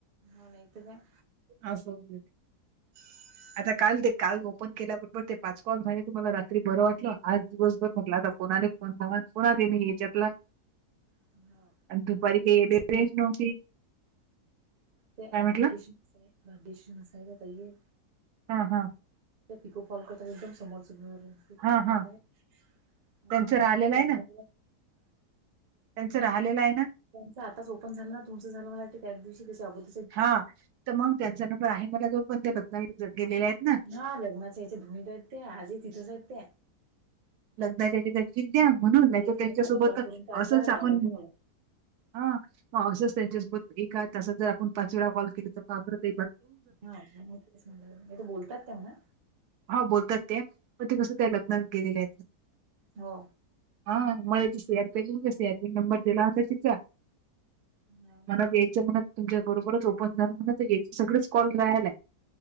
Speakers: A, on the right (about 45°); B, on the right (about 75°).
A: ह नाय तर काय
B: आज <unintelligible> गेले
A: <unintelligible>
B: आता काल ते काल ओपन केल्याबरबर ते पाच कॉल झाले तर मला रात्री बरं वाटलं आज दिवसभर म्हटलं आता कोणाले <unintelligible> मी हेच्यातला
A: हो
B: अन् दुपारी ते <unintelligible> नव्हती
A: त्या
B: काय म्हटलं
A: Bhagyashree miss hi Bhagyashree miss hi ताय
B: हा हा
A: त्या पिको फॉल करतान एकदम समोरच घेऊन आल्या कि
B: हा हा
A: काय <unintelligible>
B: त्यांचं राहिलेलं आहे
A: अय
B: ना
A: <unintelligible> मधुनच
B: त्यांचं राहीलेलेलं आहे ना
A: त्यांच आताच ओपन झालं तुमचं झालं म्हण त्याच दिवशी तिच अगोदर
B: हा तर मग त्यांचा नंबर आहे मला जो पण ते रत्नागिरीत गेलेले आहेत. ना.
A: ह्या लग्नाच्या याच्यात धूमीत आहेत त्या आजही तिथंच आहेत त्या
B: लग त्या विद्या म्हणून
A: तरी
B: नाही
A: एखादा
B: तर त्यांच्यासोबत
A: साधा कॉल करून काय
B: असच
A: जा लावलात
B: आपण
A: लावला
B: हा ह असंच त्यांच्यासोबत एक आहे तासात जर आपण पाच वेळा कॉल केले तर बा परत
A: <unintelligible> नाय तर बोलतात त्या ना
B: आ बोलतात त्या पण ते कस काय
A: हा
B: त्या लग्नात गेलेल्या आयत
A: हो
B: हा मला त से आर के से आ पी नंबर दिला होता तिचा
A: हा
B: <unintelligible>
A: हम्म
B: व्हायच म्हणत तुमच्या बरोबरच ओपन झालं म्हण येचे सगळेच कॉल रहायला आय